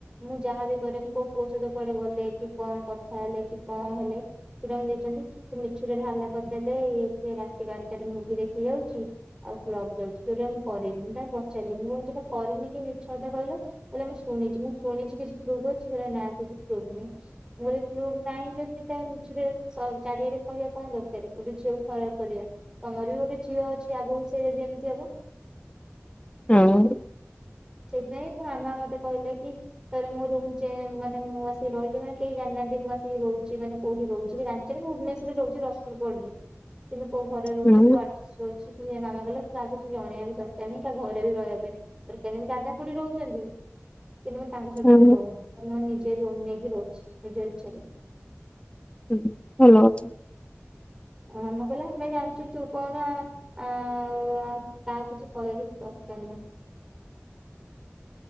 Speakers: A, on the right; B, on the left.
A: ମୁଁ ଯାହା ବି କରେ, ମୁଁ କେଉଁ ପୁଅ ସହିତ କୁଆଡ଼େ ଗଲେ କି, କଣ କଥା ହେଲେ କି, କଣ ହେଲେ ଫ୍ରିଡମ୍ ଦେଇଛନ୍ତି। ତୁ ମିଛରେ ହଲ୍ଲା କରିଦେଲେ ଇଏ ସିଏ, ରାତି ବାରଟାରେ ମୁଭି ଦେଖି ଯାଉଛି। ଆଉ କ୍ଲବ୍ ଯାଉଛି, ଯେଉଁଟା କି ମୁଁ କରିନି। ମୁଁ ତାଙ୍କୁ ପଚାରିଲି, ମୁଁ ଯାହା କରିନି, କାହିଁକି ମିଛ କଥା କହିଲ? କହିଲେ, ମୁଁ ଶୁଣିଛି, ମୁଁ ଶୁଣିଛି କିଛି ପ୍ରୁଫ୍ ଅଛି? କହିଲେ, ନା, କିଛି ପ୍ରୁଫ୍ ନାହିଁ। ମୁଁ କହିଲି ପ୍ରୁଫ୍ ନାହିଁ ଯଦି ତାହେଲେ ମିଛରେ ଚାରିଆଡ଼େ କହିବା କଣ ଦରକାର, ଗୋଟେ ଝିଅକୁ ଖରାପ କରିବା। ତମର ବି ଗୋଟେ ଝିଅ ଅଛି ଆଗକୁ ସେ ଯଦି ଏମିତି ହବ
B: ହଁ!
A: ସେଥିପାଇଁ ମୋ ମାମା ମତେ କହିଲା କି ତାପରେ ମୋ ର ମାନେ ମୁଁ ଆସି ରହିଲି ମାନେ କେହି ଜାଣିନାହାନ୍ତି। ମୁଁ ଆସିକି ରହୁଛି ମାନେ କୋଉଠି ରହୁଛ କି? ଭୁବନେଶ୍ୱରରେ ରହୁଛି ରସୁଲଗଡରେ କିନ୍ତୁ କେଉଁଠି ରହିଛି,
B: ହୁଁ
A: କେଉଁ ଆଡ୍ରେସ୍ ରହିଛି କି, ମାମା କହିଲା କାହାକୁ କିଛି ଜଣେଇବା ବି ଦରକାର ନାହିଁ, କାହା ଘରେ ବି ରହିବା ପାଇଁ କାହିଁକି ଦାଦା ଖୁଡି ରହୁଛନ୍ତି କିନ୍ତୁ ମୁଁ ତାଙ୍କ ସହିତ
B: ହୁଁ
A: ବି ରହୁନି। ମୁଁ ନିଜେ ରୁମ ନେଇକି ରହୁଛି ନିଜ ଇଚ୍ଛାରେ।
B: ହୁଁ ଭଲ କଥା।
A: ମାମା କହିଲା ଆମେ ଜାଣିଛୁ ତୁ କଣ ଆ ଆଉ ତ କିଛି କହିବାକୁ ଦରକାର ନାହିଁ।